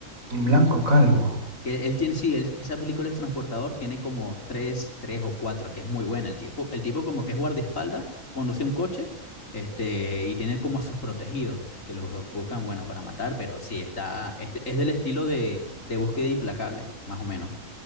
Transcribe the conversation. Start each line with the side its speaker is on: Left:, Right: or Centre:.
Right: Un blanco calvo.
Left: Que él tiene, sí, él- esa película es Transportador, tiene como tres, tres o cuatro, que es muy buena. El tipo, el tipo como que es guardaespaldas, conduce un coche, este, y tiene como a sus protegidos, y que los buscan, bueno, para matar, pero sí, está, este, es del estilo de, de Búsqueda Implacable, más o menos.